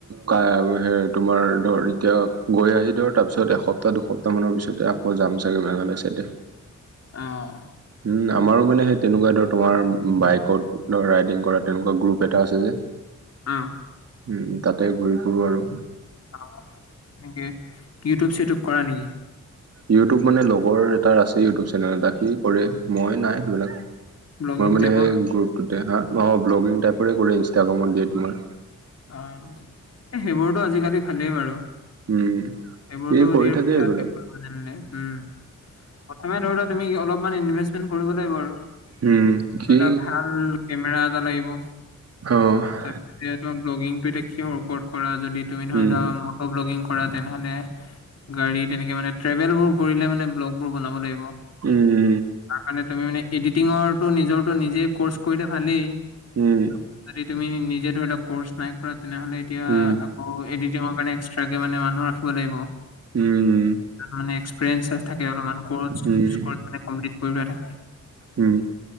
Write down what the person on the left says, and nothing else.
অহ।
অহ।
অ নেকি ইউটিউব চিটিউব কৰা নেকি?
ব্লগিং
টাইপৰ
অ এই সেইবোৰতো আজিকালি ভালেই বাৰু।
এইবোৰতো
ধেৰ
পইচা
আছে কৰিব জানিলে উম। প্ৰথমে ধৰি লোৱা তুমি অলপমান ইনভেষ্টমেন্ট কৰিব লাগিব আৰু ধৰি
লোৱা ভাল কেমেৰা এটা লাগিব।
তাকে তোমাৰ এতিয়া ব্লগিংটো এতিয়া কিহৰ ওপৰত কৰা যদি তুমি ধৰি
লোৱা ম ট' ব্লগিং কৰা তেনেহ'লে গাড়ী তেনেকে মানে ট্ৰেভেলবোৰ কৰিলে মানে ব্লগবোৰ বনাব লাগিব।
তাৰ কাৰণে তুমি মানে এডিটিঙৰটো নিজৰটো নিজে কৰ্চ কৰিলে ভালেই।
যদি তুমি নিজে ধৰি ল কৰ্চ নাই কৰা তেনেহলে এতিয়া
আকৌ এডিটিং কাৰণে এক্সট্ৰাকে মানে মানুহ ৰাখিব লাগিব।
যাৰ মানে এক্সপিৰিয়েঞ্চ থাকে অলপ মান কৰ্চ থাকে
স্কৰ্প মানে কমপ্লিট কৰিবলে থাকে।